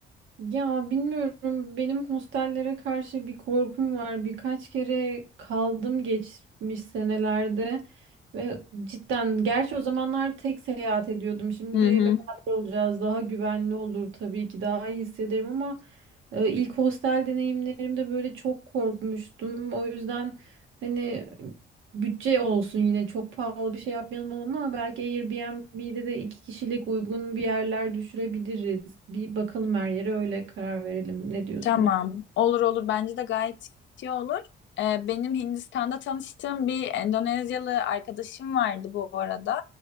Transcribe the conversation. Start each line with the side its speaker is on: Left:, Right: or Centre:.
Right: Ya bilmiyorum benim hostellere karşı bir korkum var. Birkaç kere kaldım geçmiş senelerde ve cidden gerçi o zamanlar tek seyahat ediyordum. Şimdi
Left: Hı hı.
Right: beraber olacağız daha güvenli olur tabii ki daha iyi hissederim ama e, ilk hostel deneyimlerimde böyle çok korkmuştum. O yüzden hani Bütçe olsun yine çok pahalı bir şey yapmayalım ama belki Airbnb'de de iki kişilik uygun bir yerler düşürebiliriz. Bir bakalım her yere öyle karar verelim. Ne diyorsun?
Left: Tamam. Olur olur. Bence de gayet iyi olur. Ee, benim Hindistan'da tanıştığım bir Endonezyalı arkadaşım vardı bu arada.